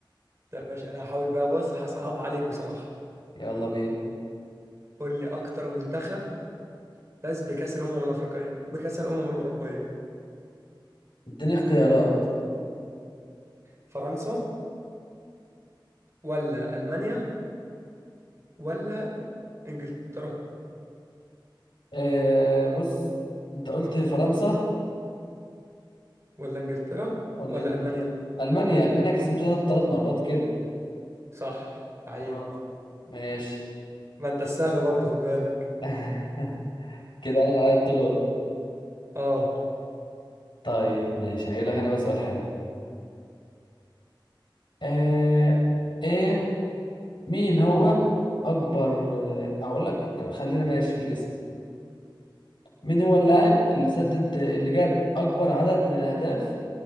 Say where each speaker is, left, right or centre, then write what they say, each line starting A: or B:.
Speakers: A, on the right; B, on the left.
A: طب ماشي انا هحاول بقى بص هصعب عليك بصراحه
B: يلا بينا
A: قول لي اكتر منتخب فاز بكاس الامم الافريقيه بكاس الامم الاوروبيه
B: اديني اختيارات
A: فرنسا ولا المانيا ولا انجلترا
B: اه بص انت قلت فرنسا
A: ولا انجلترا
B: ولا
A: ولا
B: انجلترا
A: المانيا
B: المانيا المانيا كسبته ثلاث مرات كده
A: صح عيب
B: اه ماشي
A: ما انت السهل برضه خد بالك
B: <laughs> كده انا على الدور
A: اه
B: طيب ماشي هجيب لك انا بقى سؤال حلو آه ايه مين هو اكبر آه، اقول لك خلينا ماشي في الاسم مين هو اللاعب اللي سدد اللي جاب أكبر عدد من الأهداف